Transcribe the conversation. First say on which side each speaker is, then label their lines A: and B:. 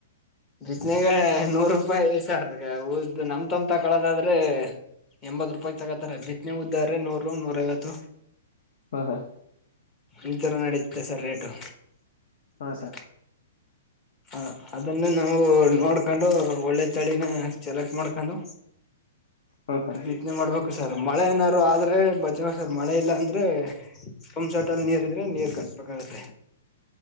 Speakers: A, on the left (about 20°); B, on the left (about 60°).
A: ಬಿತ್ನೆಗೆ ನೂರು ರೂಪಾಯಿ ಸರ್ ಉದ್ದ ನಮ ತಮ್ ತಕಳೋದಾದ್ರೆ ಎಂಬತ್ ರೂಪಾಯ ತಗತ್ತಾರ ಬಿತ್ತನೆ ಉದ್ದ್ರೆ ನೂರು ನೂರ ಐವತ್ತು
B: ಹಾ ಹಾ
A: ಈಥರ ನಡುತ್ತೆ ಸರ್ ರೇಟು
B: ಹಾ
A: ದ
B: ಸರ್
A: ಹ ಅದನ್ನು ನಾವು ನೋಡ್ಕೊಂಡು ಒಳ್ಳೆ ತಳಿನ ಸೆಲೆಕ್ಟ್ ಮಾಡ್ಕೊಂಡು
B: ಹಾ ಸರ್
A: ಬಿತನೆ ಮಾಡ್ಬೇಕು ಸರ್ ಮಳೆ ಏನಾದಾರರು ಆದ್ರೆ ಬಚ ಸರ್ ಮಳೆ ಇಲ್ಲ ಅಂದ್ರೆ ತುಮ ಸಟಲ್ಲಿ ನೀರ್ ಇದ್ರೆ ನೀರ್ ಕಟ್ಬೇಕಾಗತ್ತೆ